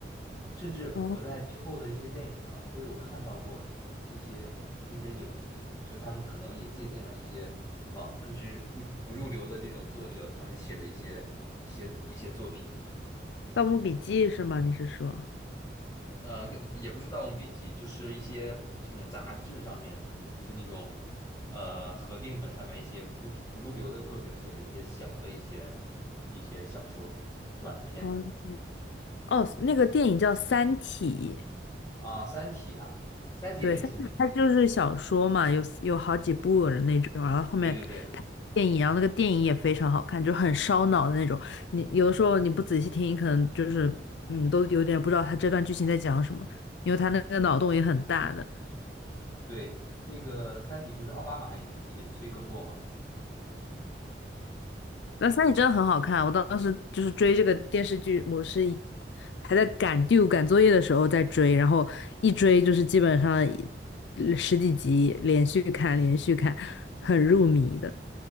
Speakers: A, on the left; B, on the left.
A: 甚至我在之后的一些电影上都有看到过这些这些影子，
B: 哦，
A: 就他们可能也借鉴了一些网不知不不入流的这种作者他们写的一些一些一些作品，
B: 《盗墓笔记》是吗？你是说？
A: 呃，跟也不是《盗墓笔记》，就是一些这种杂志上面的，就是那种呃合订本上面一些不不入流的作者写的一些小的一些一些小说短篇的
B: 哦，哦，那个电影叫《三体》，
A: 啊，三体》啊，《三体》很出名，
B: 对，三体它就是小说嘛，有有好几部的那种，然后后面拍电影，
A: 对对对。
B: 然后那个电影也非常好看，就很烧脑的那种。你有的时候你不仔细听，你可能就是嗯，都有点不知道他这段剧情在讲什么，因为他那个脑洞也很大的。
A: 对，那个《三体》不是奥巴马也也催更过吗？
B: 那三体真的很好看，我当时就是追这个电视剧，我是一还在赶 due 赶作业的时候在追，然后一追就是基本上一十几集连续看，连续看，很入迷的。